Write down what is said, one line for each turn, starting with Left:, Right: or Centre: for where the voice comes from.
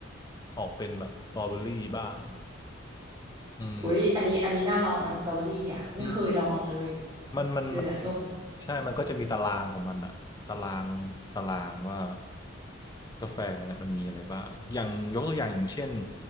Left: ออกเป็นแบบสตรอเบอรี่บ้างอืม
Right: อุ๊ยอันนี้อันนี้น่าลองอัมสตรอเบอรี่อ่ะไม่เคยลองเลย
Left: อืมมันมัน
Right: เจอแต่ส้ม
Left: มัน ใช่ มันก็จะมีตารางของมันอะตาราง ตารางว่ากาแฟเนี่ยมันมีอะไรบ้างอย่างยกตัวอย่างอย่างเช่น